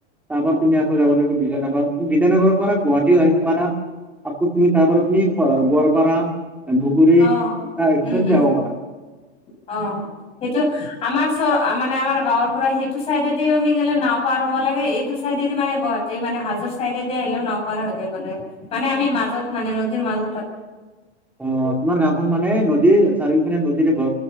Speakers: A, in the centre; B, on the left.
A: তাৰপ পৰা তুমি আকৌযাব লাগিব বিজয়ানগৰ বিজয়ানগৰ পৰা গুৱাহাটী পাৰা আ তুমি তাৰপুমি গোৱালপাৰা ধুবুৰী
B: অ
A: তছত
B: উম উম
A: যাবাবা
B: অ, সেইটো আমাৰ চ মানে আমাৰ গাঁৱৰ পৰা সেইটো চাইডেদি আমি গলে নাও পাৰ হ'ব লাগ এইটো চাইডেদি মানে গুৱাহাটী মানে হাজোৰ চাইডেদি আহিলেও নপাৰ হৈ বোলে মানে আমি মাজত মানে নদদিৰ মাজ
A: অ তোমাৰ গাওখন মানে নদীৰ চাৰিওফিনে নদীৰে ব